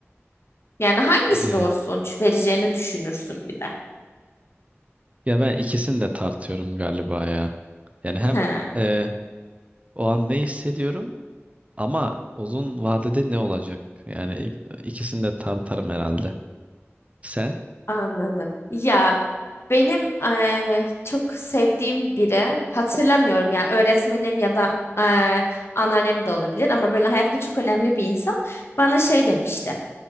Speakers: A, on the left (about 60°); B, on the right (about 30°).
A: Yani hangisi
B: E,
A: doğru sonuç vereceğini düşünürsün bir de.
B: ya ben ikisini de tartıyorum galiba ya. Yani hem
A: He.
B: e, o an ne hissediyorum Ama uzun vadede ne olacak? Yani ik- ikisini de tartarım herhalde. Sen?
A: Anladım. Ya benim eee, çok sevdiğim biri hatırlamıyorum yani öğretmenim ya da eee anneannem de olabilir ama böyle hayatımda çok önemli bir insan bana şey demişti.